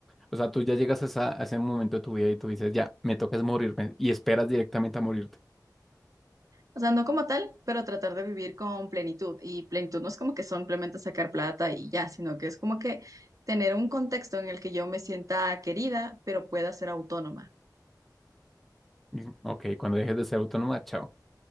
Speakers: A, in the centre; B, on the right.
A: O sea, tú ya llegas a, esa- a ese momento de tu vida y tú dices, ya, me toca es morirme y esperas directamente a morirte.
B: O sea, no como tal, pero tratar de vivir con plenitud. Y plenitud no es como que simplemente sacar plata y ya, sino que es como que tener un contexto en el que yo me sienta querida, pero pueda ser autónoma.
A: Y, ok, cuando dejes de ser autónoma, chao.